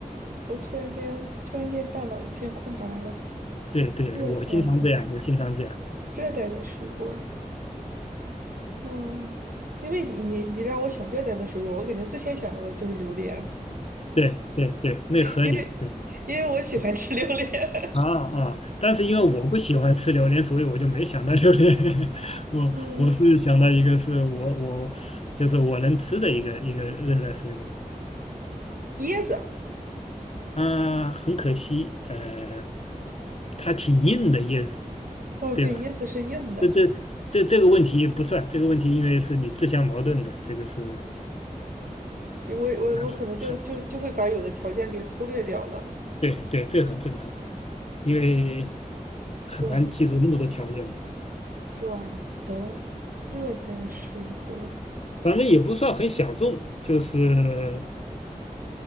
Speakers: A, on the right; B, on the left.
A: 我突然间突然间大脑一片空白了。
B: 对对，
A: 热带的
B: 我经常这样，我经常这样。
A: 热带的水果儿嗯，因为你你你让我想热带的水果儿我肯定最先想到的就是榴莲，
B: 对对对，那合理。
A: 因为因为我喜欢吃榴莲。
B: 对对啊啊！但是因为我不喜欢吃榴莲，所以我就没想到榴莲。<laughs> 我我是想到一个是我我就是我能吃的一个一个热带水果。
A: <laughs> 嗯，椰子。
B: 啊，很可惜，呃，它挺硬的叶子，
A: 哦，
B: 对吧？
A: 对，椰子是硬的，
B: 这这这这个问题不算，这个问题因为是你自相矛盾的，这个是
A: 对，我我我可能就就就会把有的条件给忽略掉了。
B: 啊很对对，这很正常，因为很难记住那么多条件嘛。
A: 软软的热带水果儿
B: 反正也不算很小众，就是